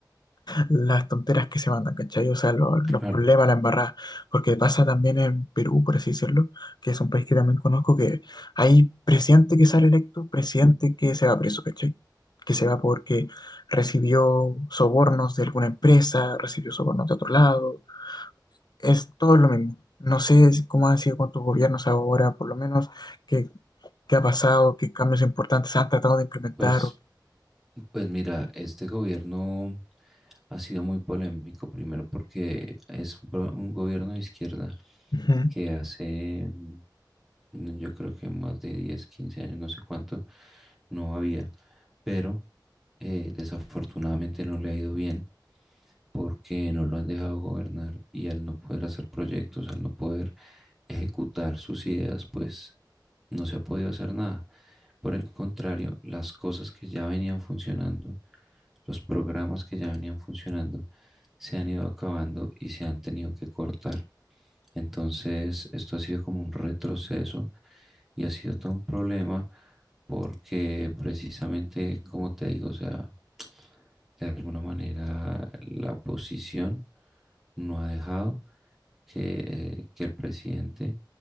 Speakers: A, on the left; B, in the centre.
A: las tonteras que se mandan, ¿cachai? O sea, lo- los
B: Claro,
A: problemas, la embarrada. Porque pasa también en Perú, por así decirlo, que es un país que también conozco, que hay presidente que sale electo, presidente que se va preso, ¿cachai? Que se va porque recibió sobornos de alguna empresa, recibió sobornos de otro lado. Es todo lo mismo. No sé si- cómo han sido con tus gobiernos ahora, por lo menos, qué, qué ha pasado, qué cambios importantes han tratado de implementar.
B: pues,
A: o-
B: pues mira, este gobierno ha sido muy polémico, primero porque es un, pro- un gobierno de izquierda
A: Ujú,
B: que hace Mm, yo creo que más de diez quince años, no sé cuánto, no había, pero eh, desafortunadamente no le ha ido bien porque no lo han dejado gobernar y al no poder hacer proyectos, al no poder ejecutar sus ideas, pues no se ha podido hacer nada. Por el contrario, las cosas que ya venían funcionando, los programas que ya venían funcionando, se han ido acabando y se han tenido que cortar. Entonces, esto ha sido como un retroceso y ha sido todo un problema porque precisamente, como te digo, o sea, de alguna manera la oposición no ha dejado que, que el presidente